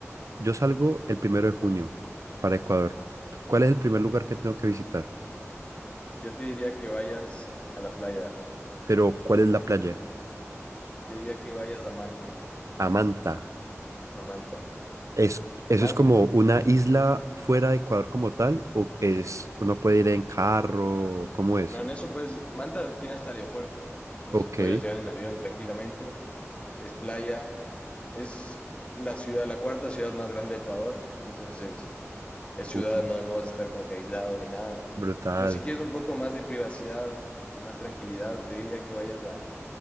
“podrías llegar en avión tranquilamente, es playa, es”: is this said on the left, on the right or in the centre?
Left